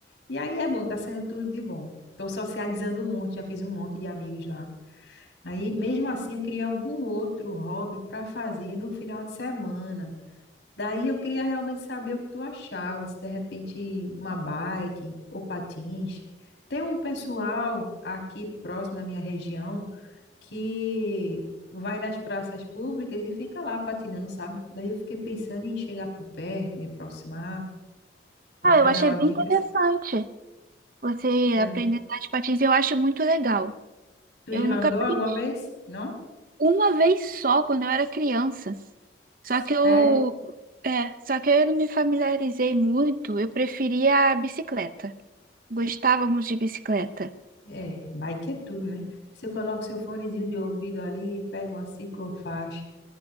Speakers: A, on the left (about 75°); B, on the right (about 50°).
A: E aí é bom, tá sendo tudo de bom. Estou socializando muito, já fiz um monte de amigos lá. Aí, mesmo assim, eu queria algum outro hobby para fazer no final de semana. Daí eu queria realmente saber o que tu achava, se de repente uma bike ou patins. Tem um pessoal aqui próximo da minha região que vai nas praças públicas e fica lá patinando, sabe? Daí eu fiquei pensando em chegar por perto, me aproximar, para
B: Ah,
A: pegar
B: eu achei
A: umas
B: bem
A: dicas.
B: interessante você
A: Você
B: aprender
A: acha?
B: a andar de patins. Eu acho muito legal.
A: Tu
B: Eu
A: já
B: nunca
A: andou
B: aprendi.
A: alguma vez? Não?
B: Uma vez só, quando eu era criança.
A: Sério?
B: Só que eu... É, só que eu não me familiarizei muito. Eu preferia a bicicleta. Gostava muito de bicicleta.
A: É, bike é tudo, né? Você coloca o seu fonezinho de ouvido ali, pega uma ciclofaixa.